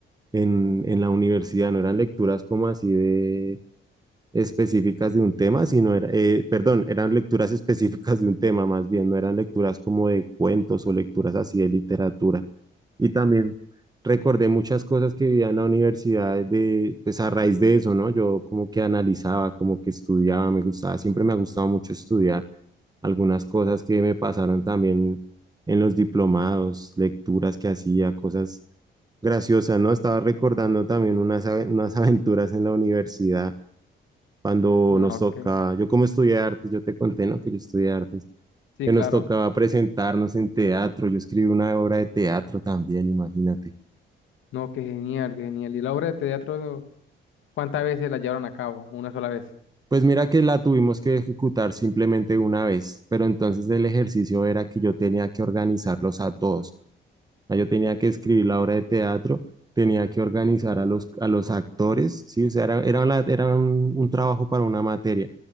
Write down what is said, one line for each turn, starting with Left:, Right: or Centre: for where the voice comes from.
Right: en, en la universidad, no eran lecturas como así de específicas de un tema, sino era, eh, perdón, eran lecturas <laughs> específicas de un tema más bien, no eran lecturas como de cuentos o lecturas así de literatura. Y también recordé muchas cosas que vivía en la universidad de, pues a raíz de eso, ¿no? Yo como que analizaba, como que estudiaba, me gustaba, siempre me ha gustado mucho estudiar algunas cosas que me pasaron también en los diplomados, lecturas que hacía, cosas graciosas, ¿no? Estaba recordando también unas, ave- unas <laughs> aventuras en la universidad cuando
Left: No,
Right: nos toca,
Left: que.
Right: yo como estudié artes, yo te conté, ¿no? Que yo estudié artes,
Left: Sí,
Right: que
Left: claro.
Right: nos tocaba presentarnos en teatro, yo escribí una obra de teatro también, imagínate.
Left: No, qué genial, qué genial. ¿Y la obra de teatro, cuántas veces la llevaron a cabo? Una sola vez.
Right: Pues mira que la tuvimos que ejecutar simplemente una vez, pero entonces el ejercicio era que yo tenía que organizarlos a todos. O sea, yo tenía que escribir la obra de teatro, tenía que organizar a los, a los actores, ¿sí? O sea, era, era, la- era un un trabajo para una materia